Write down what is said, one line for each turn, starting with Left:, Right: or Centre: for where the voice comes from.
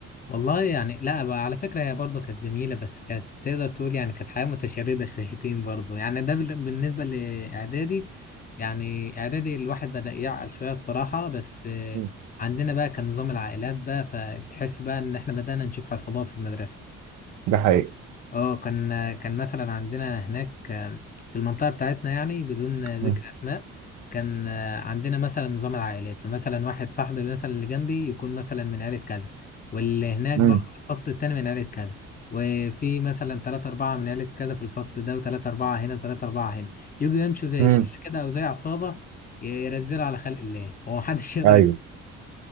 Left: والله يعني لا بقى على فكرة هي برضه كانت جميلة بس كانت تقدر تقول يعني كانت حياة متشردة شويتين برضه يعني ده بال- بالنسبة لإعدادي يعني إعدادي الواحد بدأ يعقل شوية الصراحة بس آه،
Right: مم.
Left: عندنا بقى كان نظام العائلات بقى فتحس بقى إن إحنا بدأنا نشوف عصابات في المدرسة
Right: ده حقيقي
Left: اه كان كان مثلا عندنا هناك آه، في المنطقة بتاعتنا يعني بدون آه، ذكر
Right: مم.
Left: أسماء كان آه، عندنا مثلا نظام العائلات فمثلا واحد صاحبي مثلا اللي جنبي يكون مثلا من عائلة كذا واللي هناك
Right: مم.
Left: برضه في الفصل التاني من عائلة كذا وفي مثلا تلاتة أربعة من عائلة كذا في الفصل ده وتلاتة أربعة هنا وتلاتة أربعة هنا يجوا يمشوا زي
Right: مم.
Left: شلة كده أو زي عصابة ي- يرزلوا على خلق الله ومحدش <laughs> يقدر
Right: ايوه